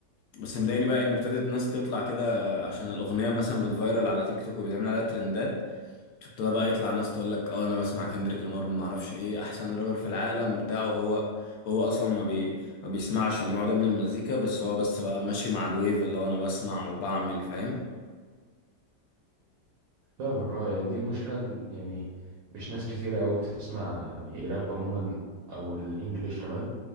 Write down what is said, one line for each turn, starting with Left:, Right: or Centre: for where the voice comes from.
Left: بس مضايقني بقى ان ابتدت ناس تطلع كده عشان الاغنيه مثلا بتفايرل على تيك توك وبيتعمل عليها ترندات تبتدى بقى يطلع ناس تقول لك اه انا بسمع كندريك لامار ما اعرفش ايه احسن رابر في العالم بتاعه هو هو اصلا ما بي ما بيسمعش النوع ده من المزيكا بس هو بس بقى ماشي مع الويف اللي هو انا بسمع وبعمل فاهم
Right: فاهمك اه يعني دي المشكلة إن- يعني مش ناس كتيرة أوي بتسمع يعني راب عموما أو الإنجليش كمان